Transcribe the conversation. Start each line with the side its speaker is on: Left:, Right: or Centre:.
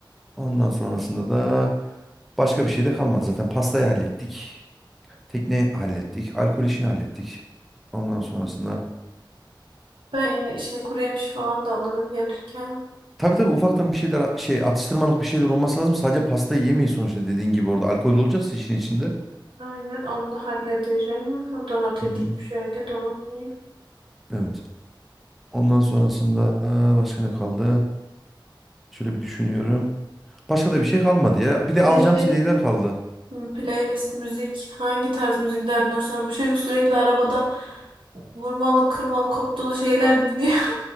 Centre: Ondan sonrasında da başka bir şey de kalmadı. Zaten pastayı hallettik. Tekne hallettik. Alkol işini hallettik. Ondan sonrasında
Right: Ben yine şey kuru yemiş falan da alırım gelirken.
Centre: Tabii tabii ufaktan bir şeyler şey atıştırmalık bir şeyler olması lazım. Sadece pastayı yemeyin sonuçta dediğin gibi orada alkol de olacaksa işin içinde.
Right: Aynen onu da hallederim. Onu da not
Centre: Hı
Right: edeyim
Centre: hı.
Right: şöyle de unutmayayım.
Centre: Evet. Ondan sonrasında başka ne kaldı? Şöyle bir düşünüyorum. Başka da bir şey kalmadı ya. Bir de
Right: Bir
Centre: alacağımız
Right: de şey
Centre: hediyeler kaldı.
Right: Hmm, Playlist, müzik. Hangi tarz müziklerden hoşlanır? Bu çocuk sürekli arabada vurmalı, kırmalı, koptalı şeyler dinliyor.